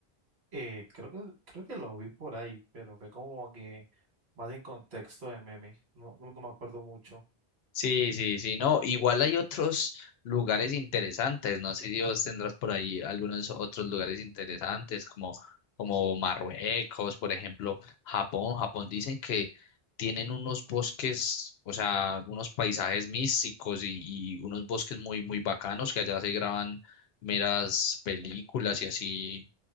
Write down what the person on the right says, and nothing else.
Eh, creo que, creo que lo vi por ahí, pero fue como que más en contexto de meme, no, no, no me acuerdo mucho.